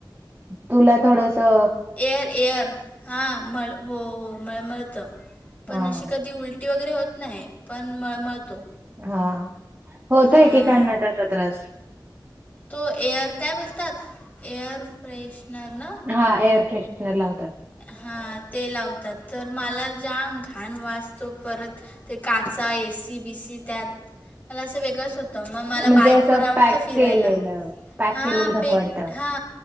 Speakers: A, on the right; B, on the left.
A: तुला थोडस अ
B: एअर-एअर हा मळ, हो हो मळमळतं, पण
A: हां,
B: अशी कधी उलट टी वगैरे होत नाही, पण मळमळतो.
A: हां होतो,
B: हां
A: एकेकांना तसा त्रास.
B: तो एअर काय बोलतात, एअर फ्रेशनर ना?
A: हा एअर फ्रेशनर लावतात.
B: हां ते लावतात, तर मला जाम घाण वास तो परत ते काचा, एसी बीसी त्यात, मला असं वेगळच हो त, मग मला
A: म्हणजे
B: बाईक
A: असं
B: वर आवडत
A: पॅक
B: फिरायला,
A: केलेलं पॅक
B: हा
A: केलेलं नको
B: पे
A: वाटतं.
B: हा